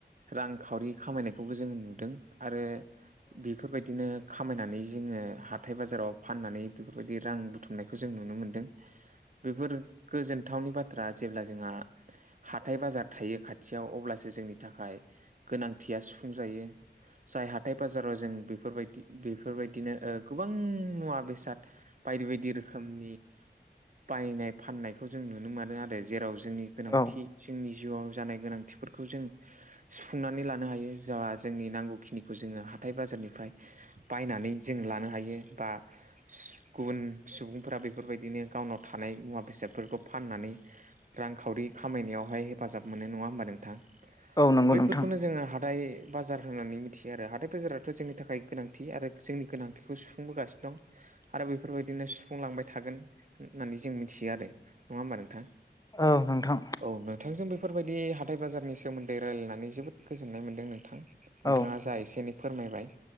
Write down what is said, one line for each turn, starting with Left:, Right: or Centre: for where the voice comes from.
Right: रांखावरि खामायनायखौबो जों नुदों आरो बेफोरबायदिनो खामायनानै जोङो हाथाय बाजाराव फाननानै बेफोरबायदि रां बुथुमनायखौ जों नुनो मोन्दों। बेफोरो गोजोनथावनि बाथ्रा जेब्ला जोंहा हाथाय बाजार थायो खाथियाव अब्लासो जोंनि थाखाय गोनांथिया सुफुंजायो। जाय हाथाय बाजाराव जों बेफोरबायदि बेफोरबायदिनो ओ गोबां मुवा बेसाद बायदि बायदि रोखोमनि बायनाय फाननायखौ जों नुनो मोनो आरो जेराव जोंनि गोनांथि
Left: औ
Right: जोंनि जिउआव जानाय गोनांथि खथिफोरखौ जों सुफुंनानै लानो हायो जा जोंनि नांगौखिनिखौ जोङो हाथाय बाजारनिफ्राय बायनानै जों लानो हायो बा गुबुन सुबुंफोरा बेफोरबायदिनो गावनाव थानाय मुवा बेसादफोरखौ फाननानै रांखावरि खामायनायावहाय हेफाजाब मोनो नङा होमबा नोंथां।
Left: औ नंगौ
Right: बैफोरखौनो
Left: नोंथां
Right: जोङो हाथाइ बाजार होननानै मिथियो आरो हाथाय बाजाराथ' जोंनि थाखाय गोनांथि आरो जोंनि गोनांथिखौ सुफुंबोगासिनो दं। आरो बेफोरबायदिनो सुफुंलांबाय थागोन होननानै जों मिथियो आरो। नङा होमबा नोंथां?
Left: औ नोंथां।
Right: औ नोंथां जों बेफोरबायदि हाथाइ बाजारनि सोमोन्दै रायजलायनानै जोबोद गोजोननाय मोनदों नोंथां। नोंथाङा
Left: औ
Right: जा एसे एनै फोरमायबाय